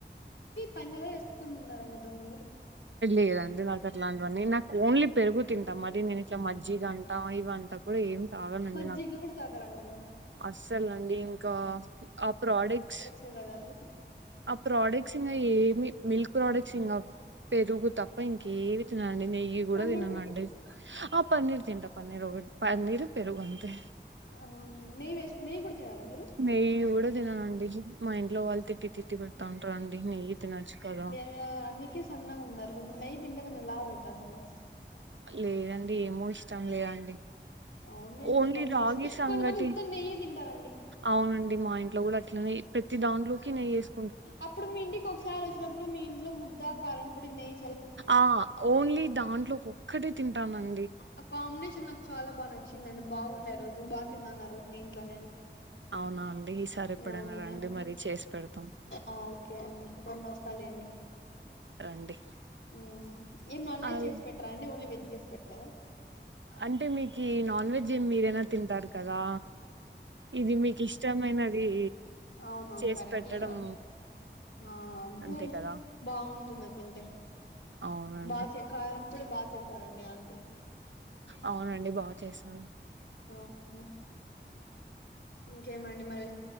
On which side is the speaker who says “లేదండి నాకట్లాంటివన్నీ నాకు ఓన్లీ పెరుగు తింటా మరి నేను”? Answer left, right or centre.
Right